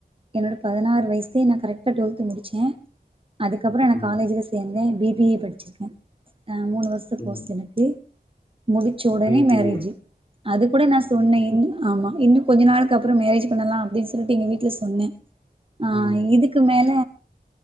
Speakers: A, on the right; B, on the left.
A: என்னோட பதினாறு வயசுலேயே நா கரெக்ட் ட்டா டுவெல்த்து முடிச்சே அதுக்கப்றோ நா
B: ம்
A: காலேஜ்ல சேந்தே பி பி ஏ படிச்சிருக்கே அ மூணு வருசோ கோர்ஸ்
B: ம்
A: எனக்கு முடிச்ச ஒடனே
B: பி பி
A: மேரேசு
B: ஏ
A: அது கூட நா சொன்னே இன் ஆமா இன்னு கொஞ்ச நாளுக்கு அப்றோ மேரேஜ் பண்ணலா அப்டின்னு சொல்லிட்டு எங்க வீட்ல சொன்னே அ
B: ம்
A: இதுக்கு மேல